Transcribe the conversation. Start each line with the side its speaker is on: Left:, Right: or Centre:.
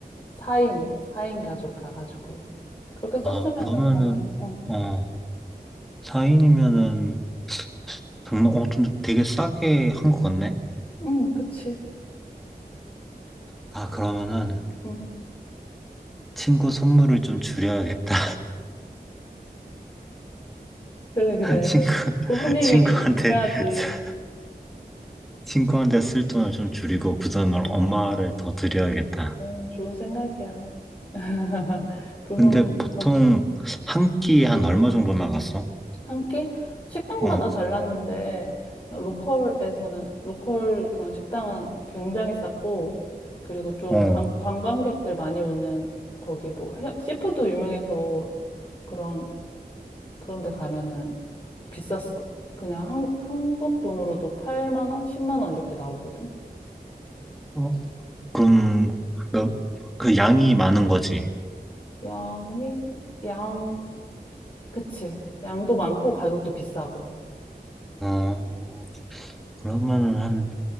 Left: 4인, 사인 가족 가가지고 그렇게 썼으면은
Centre: 아, 그러면은,
Left: 어, 어.
Centre: 어, 4인이면은, 정말, 어, 근데 되게 싸게 한 것 같네?
Left: 응, 그치.
Centre: 아, 그러면은,
Left: 응.
Centre: 친구 선물을 좀 줄여야겠다.
Left: 그래, 그래.
Centre: 친구, <laughs>
Left: 부모님이
Centre: 친구한테,
Left: 중요하지.
Centre: <laughs> 친구한테 쓸 돈을 좀 줄이고 그 돈을 엄마를
Left: 응,
Centre: 더 드려야겠다.
Left: 어, 좋은 생각이야. <laughs> 부모님,
Centre: 근데 보통
Left: 어.
Centre: 한 끼에 한 얼마 정도 나갔어?
Left: 한 끼? 식당마다
Centre: 어,
Left: 달랐는데, 로컬에서는, 로컬 그런 식당은 굉장히 쌌고, 그리고 좀
Centre: 어.
Left: 관, 관광객들 많이 오는, 거기 뭐, 해, 시푸드 유명해서 그런, 그런 데 가면은 비쌌어. 그냥 한, 한국 돈으로도 8만 원, 10만 원 이렇게 나오거든?
Centre: 어, 그럼, 그 그 양이 많은 거지.
Left: 양이, 양, 그치. 양도 많고 가격도 비싸고.
Centre: 어, 그러면은 한,